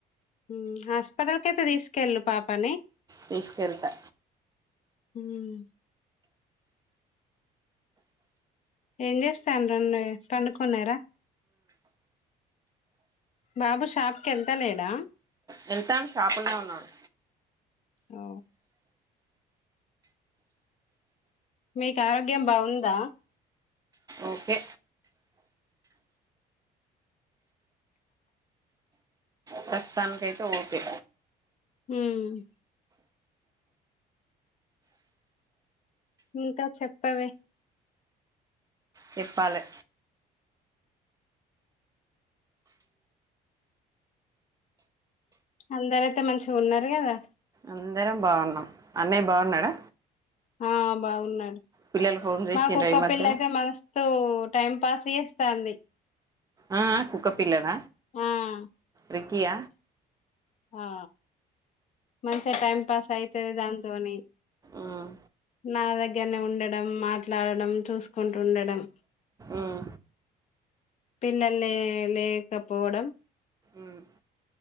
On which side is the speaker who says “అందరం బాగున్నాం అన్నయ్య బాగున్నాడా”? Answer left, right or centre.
Right